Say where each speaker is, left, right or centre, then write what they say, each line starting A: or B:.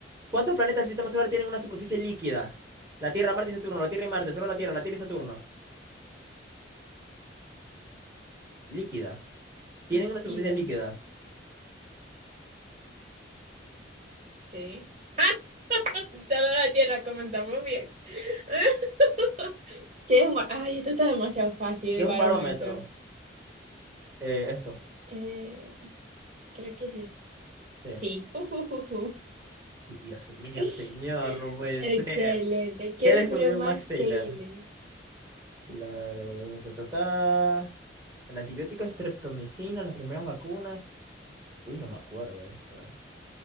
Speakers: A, on the right; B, on the right.
A: ¿Cuántos planetas del sistema solar tienen una superficie líquida? La Tierra, Marte y Saturno, la Tierra y Marte, solo la Tierra, la Tierra y Saturno. Líquida. Tienen
B: Líquida.
A: una superficie líquida.
B: Sí. <laughs> Solo la tierra, comenzamos bien. <laughs> ¿Qué es un bar- Ay, esto está demasiado fácil,
A: ¿Qué
B: el
A: es
B: barómetro.
A: un barómetro? Eh, esto,
B: Eh, creo que es esta.
A: sí.
B: Sí. Ujujuju.
A: Dios mío,
B: <laughs>
A: señor, no puede
B: Excelente.
A: ser.
B: ¿Qué
A: ¿Qué descubrió
B: descubrió Max
A: Max Taylor?
B: Taylor?
A: La... ta, ta, ta. El antibiótico estreptomicina, las primeras vacunas. Uy, no me acuerdo de esto, eh.